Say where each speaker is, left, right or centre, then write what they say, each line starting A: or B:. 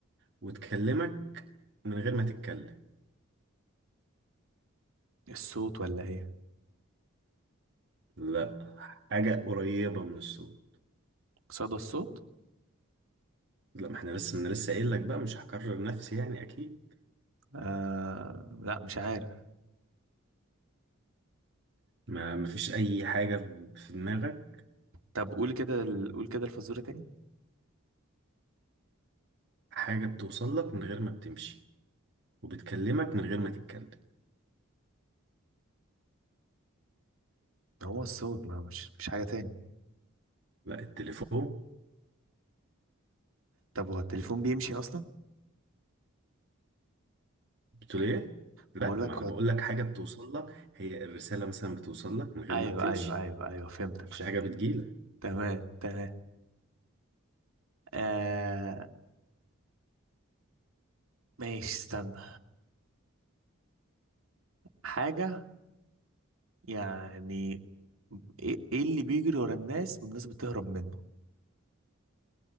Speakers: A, on the right; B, on the right.
A: وتكلمك من غير ما تتكلم
B: الصوت ولا ايه
A: لا حاجة قريبة من الصوت
B: صدى الصوت
A: لا ما احنا لسه من لسه قايل لك بقى مش هكرر نفسي يعني أكيد
B: آه لا مش عارف
A: ما ما فيش أي حاجة في دماغك
B: طب قول كده ال- قول كده الفزوره تاني
A: حاجة بتوصل لك من غير ما بتمشي وبتكلمك من غير ما تتكلم
B: هو الصوت ما مش مش حاجه تاني
A: لا التليفون
B: طب هو التليفون بيمشي اصلا
A: بتقول ايه لا
B: بقول لك
A: ما انا بقول لك حاجه بتوصل لك هي الرساله مثلا بتوصل لك من غير
B: ايوه
A: ما بتمشي
B: ايوه ايوه ايوه فهمتك
A: مفيش
B: فهمتك
A: حاجه بتجيلك
B: تمام تمام آه ماشي استنى حاجة يعني ايه إيه اللي بيجري ورا الناس والناس بتهرب منه